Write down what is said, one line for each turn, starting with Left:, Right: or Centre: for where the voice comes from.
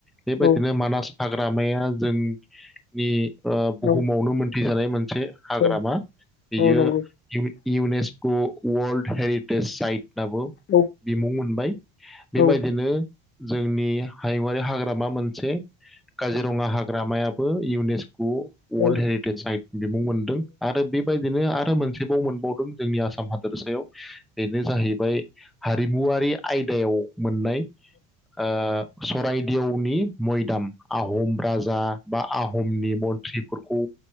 Centre: बेबायदिनो
Left: औ
Centre: मानास हाग्रामाया जोंनि ओ बुहुमावनो
Left: औ
Centre: मोन <unintelligible> मोनसे हाग्रामा
Left: औ
Centre: बियो
Left: औ नंगौ
Centre: इउनेस टु वर्ल्ड हेरिटेेज साइट। दाबो
Left: औ
Centre: बिमुं मोनबाय बेबायदिनो
Left: औ
Centre: जोंनि हायुङारि हाग्रामा मोनसे काजिरङा हाग्रामाया बो इउनेस्क अ
Left: औ
Centre: वार्ल्ड हेरिटेज साइ बिमुं मोनदों आरो बेबायदिनो आरो मोनसे मोनसेबाव मोनबावदों जोंनि आसाम हादोरसायाव। बेनो जाहैबाय हारिमुवारि आयदायाव मोननाय ओ सरायदेवनि मैदाम आहम राजा। बा आहमनि मन्थ्रिफोरखौ